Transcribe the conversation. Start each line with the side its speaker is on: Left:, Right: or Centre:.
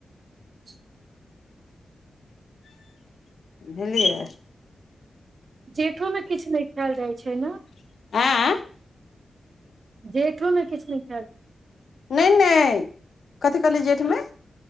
Right: अचा <inaudible>
Left: बुझलियै
Right: जेठोमे किछु नहि खायल जाइत छैक न
Left: आँय
Right: जेठोमे किछु नहि खा
Left: नहि नहि कथी कहलिए जेठमे